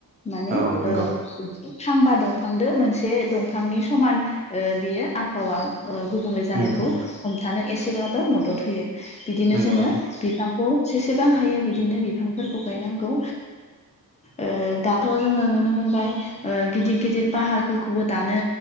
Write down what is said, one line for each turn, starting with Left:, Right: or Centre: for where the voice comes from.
Left: माने
Right: औ नंगौ
Left: ओ थांबा दं दंफांदो मोनसे दंफांनि समान ओ बियो आबहावा गुबुंले जानायखौ
Right: उम उम
Left: हमथानो एसेब्लाबो मदद होयो बिदिनो
Right: नंगौ
Left: जोङो
Right: नोंथां
Left: बिफांखौ जेसेबां हायो बिदिनो बिफांफोरखौ गायनांगौ ओ दाथ' जोङो नुनो मोनबाय ओ गिदिर गिदिर पाहारफोरखौबो दानो